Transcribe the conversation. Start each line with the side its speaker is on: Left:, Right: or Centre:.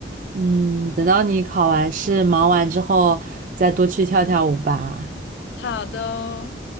Right: 嗯，等到你考完试、忙完之后，再多去跳跳舞吧。
Left: 好的哦，